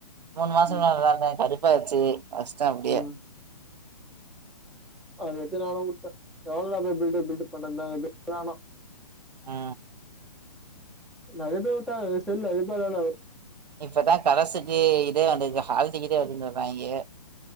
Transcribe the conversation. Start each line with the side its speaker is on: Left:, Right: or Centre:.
Right: மூணு மாச
Centre: ம்
Right: வேல தான கருப்பாயிச்சு வச்டே அப்டியே
Centre: ஆ அது எத்த நானு வுட்டே எவ்ளோ போய் பில்டு பில்டு பண்ணந்த ஆனு
Right: ஆ
Centre: நறைய பேர் உட்டா செல் ரிப்போரா தா ஆகூ
Right: இப்பதா கரஸ்சுக்கு இதே வந்துருக்கு ஹால் டிக்கெட்டே வருதூன்னு சொல்றாங்கே